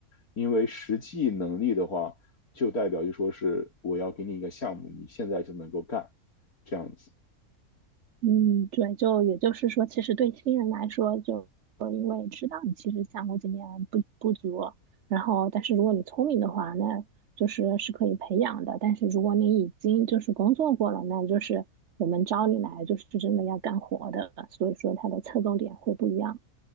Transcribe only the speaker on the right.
嗯，对，就也就是说，其实对新人来说，就我也知道你其实项目经验不不足，然后但是如果你聪明的话，那就是是可以培养的。但是如果你已经就是工作过了，那就是我们招你来就是真的要干活的，所以说它的侧重点会不一样。